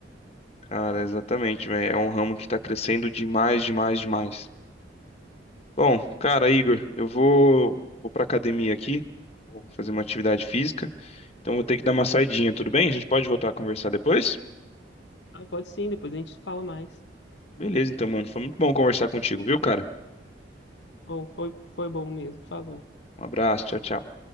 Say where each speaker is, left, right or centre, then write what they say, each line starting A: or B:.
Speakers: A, on the left (about 35°); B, on the left (about 65°).
A: Cara, exatamente, velho. É um ramo que tá crescendo demais, demais, demais. Bom, cara, Igor, eu vou vou para academia aqui, vou fazer uma atividade física. Então vou ter que dar uma saidinha, tudo bem? A gente pode voltar a conversar depois?
B: Ah, pode sim, depois a gente fala mais.
A: Beleza, então, mano. Foi muito bom conversar contigo, viu, cara?
B: Ou foi foi bom mesmo, falou.
A: Um abraço, tchau, tchau.